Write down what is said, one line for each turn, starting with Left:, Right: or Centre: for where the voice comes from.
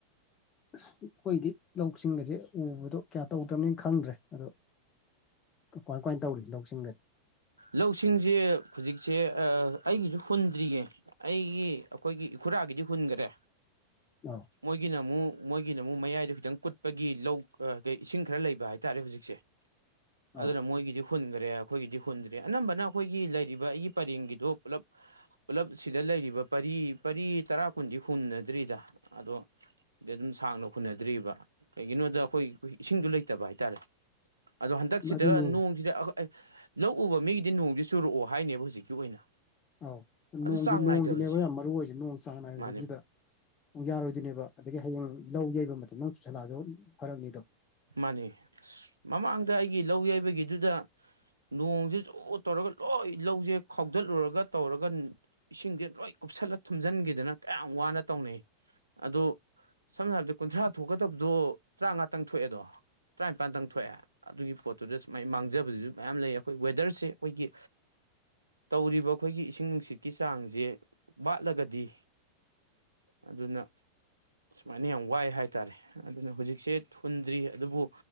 Left: ꯑ ꯑꯩꯈꯣꯏꯗꯤ ꯂꯧꯁꯤꯡꯒꯁꯦ ꯎꯕꯗꯣ ꯀꯌꯥ ꯇꯧꯗ꯭ꯔꯕꯅꯤ ꯈꯪꯗ꯭ꯔꯦ ꯑꯗꯣ ꯀꯃꯥꯏ ꯀꯃꯥꯏ ꯇꯧꯔꯤ ꯂꯧꯁꯤꯡꯒꯗꯤ
Right: ꯂꯧꯁꯤꯡꯁꯦ ꯍꯧꯖꯤꯛꯁꯦ ꯑꯩꯒꯤꯁꯨ ꯍꯨꯟꯗ꯭ꯔꯤꯌꯦ ꯑꯩꯒꯤ ꯑꯩꯈꯣꯏꯒꯤ ꯏꯈꯨꯔꯥꯒꯤꯗꯤ ꯍꯨꯟꯈꯔꯦ
Left: ꯑꯧ
Right: ꯃꯣꯏꯒꯤꯅ ꯑꯃꯨꯛ ꯃꯣꯏꯒꯤꯅ ꯑꯃꯨꯛ ꯃꯌꯥꯏꯗꯣ ꯈꯤꯇꯪ ꯀꯨꯠꯄꯒꯤ ꯂꯧ ꯀ ꯏꯁꯤꯡ ꯈꯔ ꯂꯩꯕ ꯍꯥꯏꯇꯥꯔꯦ ꯍꯧꯖꯤꯛꯁꯦ ꯑꯗꯨꯅ
Left: ꯑꯧ
Right: ꯃꯣꯏꯒꯤꯗꯤ ꯍꯨꯟꯈ꯭ꯔꯦ ꯑꯩꯈꯣꯏꯒꯤꯗꯤ ꯐꯨꯟꯗ꯭ꯔꯦ ꯑꯅꯝꯕꯅ ꯑꯩꯈꯣꯏꯒꯤ ꯂꯩꯔꯤꯕ ꯑꯩꯒꯤ ꯄꯔꯦꯡꯒꯤꯗꯣ ꯄꯨꯂꯞ ꯄꯨꯂꯞ ꯁꯤꯗ ꯂꯩꯔꯤꯕ ꯄꯔꯤ ꯄꯔꯤ ꯇꯔꯥ ꯀꯨꯟꯗꯤ ꯍꯨꯟꯅꯗ꯭ꯔꯤꯗ ꯑꯗꯣ ꯑꯗꯨꯝ ꯁꯥꯡꯅ ꯍꯨꯅꯗ꯭ꯔꯤꯕ ꯀꯩꯒꯤꯅꯣꯗ ꯑꯩꯈꯣꯏ ꯏꯁꯤꯡꯗꯣ ꯂꯩꯇꯕ ꯍꯥꯏꯇꯥꯔꯦ ꯑꯗꯣ ꯍꯟꯗꯛꯁꯤꯗ
Left: ꯑꯗꯨꯅꯤ
Right: ꯅꯣꯡꯁꯤꯗ ꯂꯧ ꯎꯕ ꯃꯤꯒꯤꯗꯤ ꯅꯣꯡꯁꯤ ꯆꯨꯔꯛꯑꯣ ꯍꯥꯏꯅꯦꯕ ꯍꯧꯖꯤꯛꯀꯤ ꯑꯣꯏꯅ
Left: ꯑꯧ
Right: ꯑꯗꯨ
Left: ꯅꯣꯡꯁꯤꯦ
Right: ꯆꯥꯡ
Left: ꯅꯣꯡꯁꯤꯅꯦꯕ
Right: ꯅꯥꯏꯗꯕꯁꯦ
Left: ꯌꯥꯝ ꯃꯔꯨ ꯑꯣꯏꯁꯦ ꯅꯣꯡ ꯆꯥꯡ ꯅꯥꯏꯗꯕꯁꯤꯗ
Right: ꯃꯥꯅꯦ
Left: ꯌꯥꯔꯣꯏꯗꯣꯏꯅꯦꯕ ꯑꯗꯒꯤ ꯍꯌꯦꯡ ꯂꯧ ꯌꯩꯕ ꯃꯇꯝꯗ ꯆꯨꯁꯂꯗꯣ ꯐꯔꯛꯅꯤꯗꯣ
Right: ꯃꯥꯅꯤ ꯑꯁ ꯃꯃꯥꯡꯗ ꯑꯩꯒꯤ ꯂꯧ ꯌꯩꯕꯒꯤꯗꯨꯗ ꯅꯣꯡꯁꯦ ꯆꯣ ꯇꯧꯔꯒ ꯂꯣꯏ ꯂꯧꯁꯦ ꯈꯧꯗꯠꯂꯨꯔꯒ ꯇꯧꯔꯒ ꯏꯁꯤꯡꯁꯦ ꯂꯣꯏ ꯀꯨꯞꯁꯜꯂ ꯊꯨꯝꯖꯤꯟꯈꯤꯗꯅ ꯀꯌꯥꯝ ꯋꯥꯅ ꯇꯧꯅꯩ ꯑꯗꯣ ꯁꯝꯅ ꯍꯥꯏꯔꯕꯗ ꯀꯨꯟꯊ꯭ꯔꯥ ꯊꯣꯛꯀꯗꯕꯗꯣ ꯇꯔꯥ ꯉꯥꯇꯪ ꯊꯣꯛꯑꯦꯗꯣ ꯇꯔꯥꯅꯤꯄꯥꯟꯗꯪ ꯊꯣꯛꯑꯦ ꯑꯗꯨꯒꯤ ꯄꯣꯠꯇꯨꯗ ꯁꯨꯃꯥꯏꯅ ꯃꯥꯡꯖꯕꯁꯤꯁꯨ ꯃꯌꯥꯝ ꯂꯩ ꯑꯩꯈꯣꯏ ꯋꯦꯗꯔꯁꯦ ꯑꯩꯈꯣꯏꯒꯤ ꯇꯧꯔꯤꯕ ꯑꯩꯈꯣꯏꯒꯤ ꯏꯁꯤꯡ ꯅꯨꯡꯁꯤꯠꯀꯤ ꯆꯥꯡꯁꯦ ꯋꯥꯠꯂꯒꯗꯤ ꯑꯗꯨꯅ ꯁꯨꯃꯥꯏꯅ ꯌꯥꯝ ꯋꯥꯏ ꯍꯥꯏꯇꯥꯔꯦ ꯑꯗꯨꯅ ꯍꯧꯖꯤꯛꯁꯦ ꯊꯨꯟꯗ꯭ꯔꯤ ꯑꯗꯨꯕꯨ